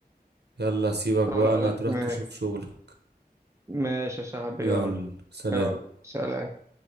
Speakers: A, on the right; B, on the right.
A: يلا سيبك بقى
B: خلاص
A: انا تروح
B: ماشي
A: تشوف شغلك
B: ماشي يا صاحبي
A: يلا
B: يلا
A: سلام
B: يلا سلام